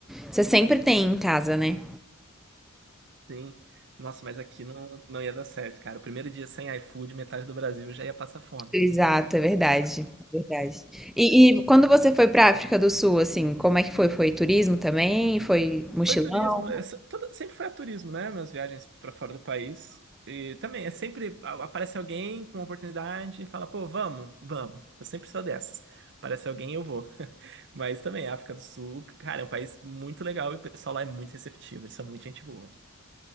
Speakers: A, in the centre; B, on the right.
A: Você sempre tem em casa, né?
B: Sim. Nossa, mas aqui não, não ia dar certo, cara. O primeiro dia sem iFood, metade do Brasil já ia passar fome.
A: Exato, é verdade. é Verdade. E, e quando você foi pra África do Sul, assim, como é que foi? Foi turismo também? Foi mochilão?
B: Foi turismo, essa- toda- sempre foi a turismo, né? Minhas viagens pra fora do país. E também, é sempre a- aparece alguém com uma oportunidade e fala, pô, vamos, vamos. Eu sempre sou dessas. Aparece alguém, eu vou. <laughs> Mas também, África do Sul, cara, é um país muito legal e o pessoal lá é muito receptivo, eles são muito gente boa.